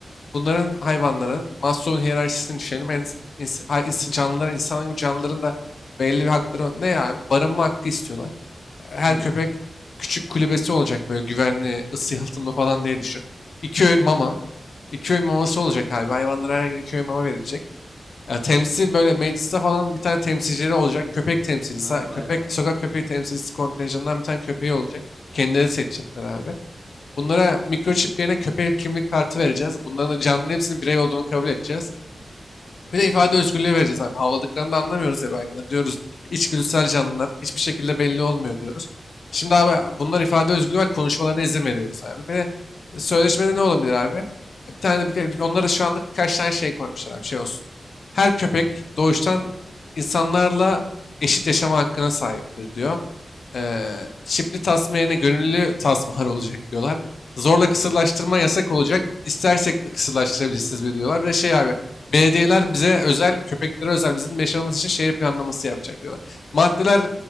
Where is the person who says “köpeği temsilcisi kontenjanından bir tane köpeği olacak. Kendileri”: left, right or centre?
Left